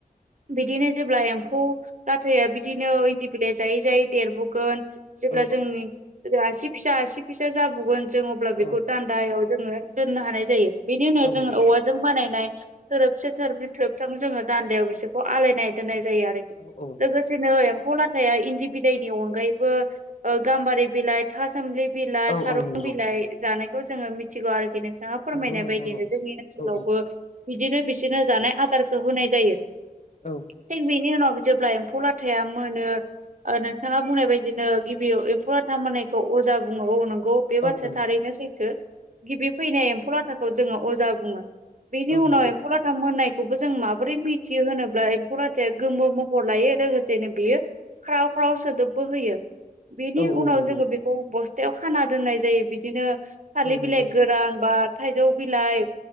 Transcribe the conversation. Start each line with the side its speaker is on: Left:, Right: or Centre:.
Right: बिदिनो जेब्ला एम्फौ लाथाया बिदिनो इन्दि बिलाइ जायै जायै देरबोगोन जेब्ला
Left: औ
Right: जोंनि आसि फिसा आसि फिसा जाबावगोन जों अब्ला बेखौ
Left: औ
Right: दान्दायाव जोङो दोननो हानाय जायो। बिनि उनाव
Left: औ
Right: जोङो
Left: नंगौ
Right: औवा जों बानायनाय थोरोबसे थोरोबसे थोरोबथाम जोङो दान्दायाव बिसोरखौ आलायनाय दोननाय जायो आरोखि।
Left: औ औ।
Right: लोगोसेनो एम्फौ लाथाया इन्दि बिलाइनि अनगायैबो ओ गाम्बारि बिलाइ फिथा सोमलि बिलाइ
Left: औ
Right: खारं
Left: औ नंगौ
Right: बिलाइ जानायखौ जोङो मिथिगौ आरोखि नों नोंथाङा फोरमायनाय
Left: नंगौ नोंथां
Right: बायदिनो
Left: औ
Right: जोंनि ओनसोलावबो
Left: औ
Right: बिदिनो बिसोरनो जानाय आदारखौ होनाय जायो।
Left: औ।
Right: थिग बेनि उनाव जेब्ला एम्फौ लाथाया मोनो। ओ नोंथाङा बुंनाय बायदिनो गिबियाव एम्फौ लाथा मोननायखौ अजा बुङो औ नंगौ। बे बाथ्राया
Left: औ औ
Right: थारैनो सैथो गिबि फैनाय एम्फौ लाथाखौ जोङो अजा बुङो। बेनि
Left: औ
Right: उनाव
Left: नंगौ
Right: एम्फौ लाथा मोननायखौबो जों माबोरै मिथियो होनोब्ला एम्फौ लाथाया गोमो म हर लायो लोगोसेनो बियो ख्राव ख्राव सोदोबबो होयो बेनि
Left: औ
Right: उनाव
Left: औ नंगौ
Right: जोङो बे बस्थायाव खाना दोननाय जायो बिदिनो थाालिर
Left: औ
Right: बिलाइ
Left: नंगौ नोंथां
Right: गोरान बा थाइजौ बिलाइ